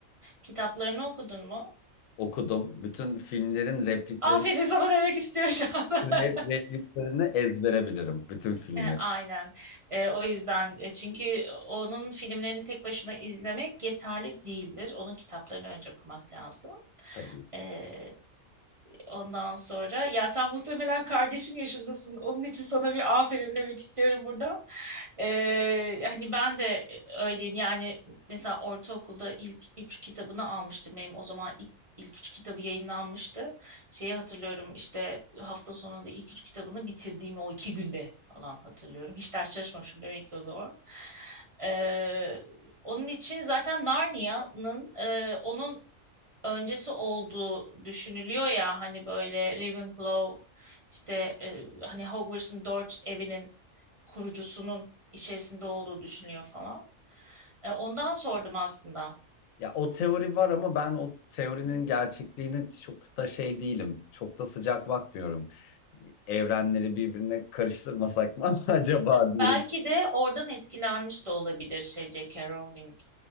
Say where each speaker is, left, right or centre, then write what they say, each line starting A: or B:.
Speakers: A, on the right; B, on the left.
A: Kitaplarını okudun mu?
B: Okudum. Bütün filmlerin replikleri
A: Aferin sana demek istiyorum şu anda.
B: re-
A: <laughs>
B: repliklerini ezbere bilirim. Bütün filmleri
A: E, Aynen. E, o yüzden e, çünkü onun filmlerini tek başına izlemek yeterli değildir. Onun kitaplarını önce okumak lazım.
B: tabii.
A: E, Ondan sonra ya sen muhtemelen kardeşim yaşındasın. Onun için sana bir aferin demek istiyorum buradan. Ee, hani ben de öyleyim. Yani mesela ortaokulda ilk üç kitabını almıştım benim. O zaman ilk, ilk üç kitabı yayınlanmıştı. Şeyi hatırlıyorum işte hafta sonunda ilk üç kitabını bitirdiğimi o iki günde falan hatırlıyorum. Hiç ders çalışmamışım demek ki o zaman. Ee, onun için zaten Narnia'nın e, onun öncesi olduğu düşünülüyor ya hani böyle Ravenclaw işte e, hani Hogwarts'ın dört evinin kurucusunun içerisinde olduğu düşünülüyor falan. E, ondan sordum aslında.
B: Ya o teori var ama ben o teorinin gerçekliğine çok da şey değilim. Çok da sıcak bakmıyorum. Evrenleri birbirine karıştırmasak mı <laughs> acaba
A: Belki
B: diye.
A: de oradan etkilenmiş de olabilir şey J.K. Rowling.